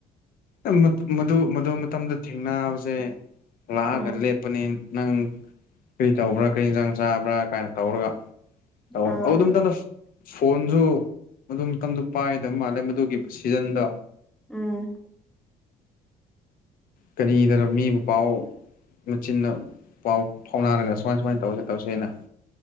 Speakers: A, on the left (about 55°); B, in the centre.
A: ꯑꯦ ꯃꯗꯨ ꯃꯗꯨ ꯃꯗꯨ ꯃꯇꯝꯗ ꯊꯦꯡꯅꯕꯁꯦ ꯂꯥꯛꯑꯒ
B: ꯑꯥ
A: ꯂꯦꯞꯄꯅꯦ ꯅꯪ ꯀ꯭ꯔꯤ ꯇꯧꯕ꯭ꯔꯥ ꯀꯔꯤ ꯌꯤꯟꯖꯥꯡ ꯆꯥꯕ꯭ꯔꯥ ꯀꯥꯏꯅ ꯇꯧꯔꯒ ꯇꯩꯋꯦ
B: ꯑꯥ
A: ꯑꯗꯨꯝ ꯇꯅꯐ ꯐꯣꯟꯖꯨ ꯑꯗꯨ ꯃꯇꯝꯗ ꯄꯥꯏꯗ ꯃꯥꯜꯂꯦ ꯃꯗꯨꯒꯤ ꯁꯤꯖꯟꯗꯣ
B: ꯎꯝ
A: ꯀꯔꯤꯗꯅꯣ ꯃꯤꯕꯨ ꯄꯥꯎ ꯃꯆꯤꯟꯅ ꯄꯥꯎ ꯐꯥꯎꯅꯔꯒ ꯁꯨꯃꯥꯏ ꯁꯨꯃꯥꯏꯟ ꯇꯧꯁꯦ ꯇꯧꯁꯦꯅ